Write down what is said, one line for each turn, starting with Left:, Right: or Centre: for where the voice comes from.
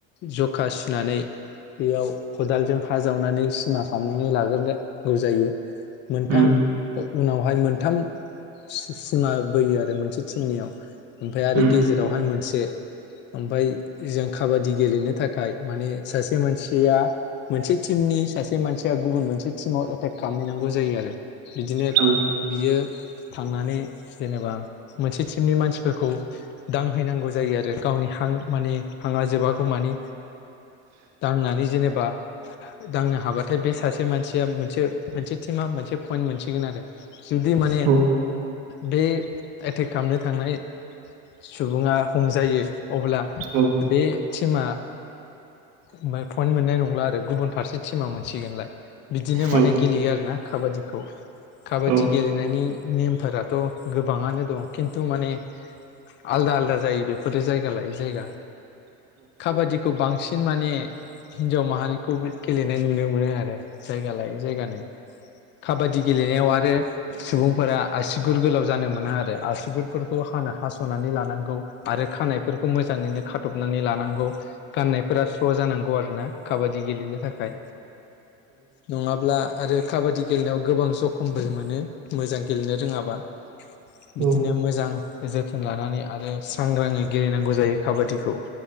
Left: जखा सुनानै बेयाव खदालजों हा जावनानै सिमा खालामनानै ला ग्रोनो नांगौ जायो मोनथाम
Right: उम
Left: ओ ओ उनावहाय मोनथाम सि-सिमा बोयो आरो मोनसे टिमनियाव। ओमफ्राय आरो
Right: उम
Left: गेजेरावहाय मोनसे ओमफाय जों काबादि गेलेनो थाखाय माने सासे मानसिया मोनसे टिमनि सासे मानसिया गुबुन मोनसे टिमाव एटेक खालामहैनांगौ जायो आरो बिदिनो
Right: औ
Left: बियो थांनानै जेनेबा मोनसे टिमनि मानसिफोरखौ दांहैनांगौ जायो आरो गावनि हां माने हांङा जोबागौमानि दांनानै जेनेबा दांनो हाबाथाय बे सासे मानसि या मोनसो मोनसे टिमा मोनसे पयेन्ट मोनसिगोन आरो जुदि माने
Right: औ
Left: बे एटेक खामनो थांनाय सुबुंङा हमजायो अब्ला
Right: औ
Left: बे टिमा ओमफाय पइन्ट मोननाय नंला आरो गुबुन फारसे टिमा मोनसिगोनलाय। बिदिनो
Right: औ
Left: माने गेलेयो आरोना काबादिखौ काबादि
Right: उम
Left: गेलेनायनि नेमफोराथ' गोबाङानो दं खिन्थु माने आलदा आलदा जायो बेफोर जायगा लायै जायगा काबादिखौ बांसि न माने हिन्जाव माहारिखौबो गेलेनाय नुनो मोनो आरो जायगा लायै जायगानो खाबादि गेलेनायाव आरो सुबुंफोरा आससिगुर गोलाव जानो मोना आरो आसिगुरफोरखौ हाना हास'नानै लानांगौ आरो खानायफोरखौ मोजाङैनो खाथबनानै लानांगौ। गाननायफोरा स्र' जानांगौ आरोना काबादि गेलेनो थाखाय नंङाब्ला आरो काबादि गेलेनायाव गोबां जखमबो मोनो मोजां गेलेनो रोङाबा। बिदिनो
Right: औ
Left: मोजां जोथोन लानानै आरो सांग्राङै गेलेनांगौ जायो काबादिखौ।